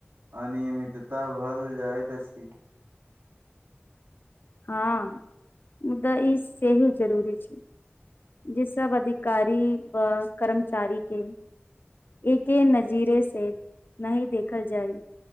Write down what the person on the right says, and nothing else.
अनियमितता भल जाइत अछि